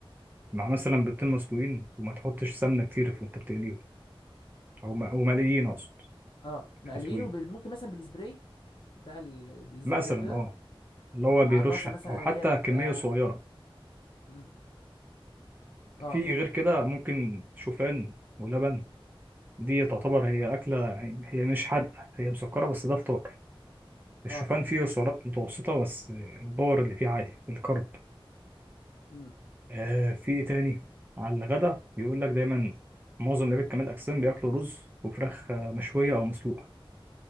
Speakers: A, on the right; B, on the left.
A: مع مثلا بيضتين مسلوقين وما تحطش سمنه كتير في وانت بتقليهم او م- او مقليين اقصد
B: اه مقليينه
A: مش مسلوقين
B: بال- ممكن مثلا بالسبراي بتاع ال- الزبده
A: مثلا
B: ده وكده
A: اه اللي هو
B: مع
A: بيرش
B: طاسه مثلا
A: او حتى
B: اللي هي بتبقى
A: كميه صغيره
B: امم اه
A: في
B: فهمتك
A: غير كده ممكن شوفان ولبن دي تعتبر هي اكله يعني هي مش حادقه هي مسكره بس ده فطار الشوفان
B: اه
A: فيه سعرات متوسطه بس الباور اللي فيه عالي الكرب
B: امم
A: آه في ايه تاني على الغدا بيقول لك دايما معظم لعيبه كمال الاجسام بياكلوا رز وفراخ آه، مشويه او مسلوقه